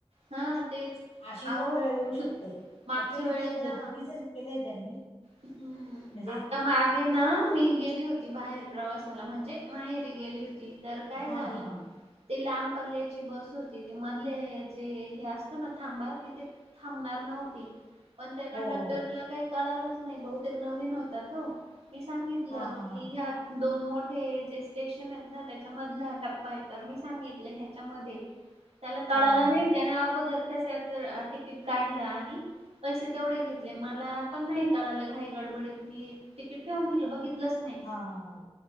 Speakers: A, on the right; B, on the left.
A: हा तेच
B: अशी
A: अहो
B: पण वेळ येऊ शकते
A: मागच्या
B: ऍक्च्युली
A: वेळेला
B: ते खरं चुकीचे केलंय त्यांनी
A: हम्म..
B: म्हणजे
A: आता मा आ.. मागे ना मी गेली होती बाहेर प्रवासाला म्हणजे माहेरी गेली होती. तर काय
B: हा
A: झालं?
B: हा हा
A: ती लांब पल्ल्याची बस होती ती मधले.. जे हे असतो ना थांबा तिथे थांबणार नव्हती. पण त्या कंडक्टरला
B: हो हो
A: काही कळालाच नाही बहुतेक नवीन होता तो मी सांगितलं
B: हा हा
A: की
B: हा
A: ह्या दोन मोठे जे स्टेशन आहेत ना त्याच्यामधलं टपं य तर मी सांगितलं ह्याच्यामध्ये त्याला कळाला
B: हा हा
A: नाही त्याने अगोदर तिकीट काढलं आणि पैसे तेवढे घेतले मला पण नाही झाल घाई गडबडीत मी तिकीट ठेऊून दिल बघितलंच नाही.
B: हा हा हा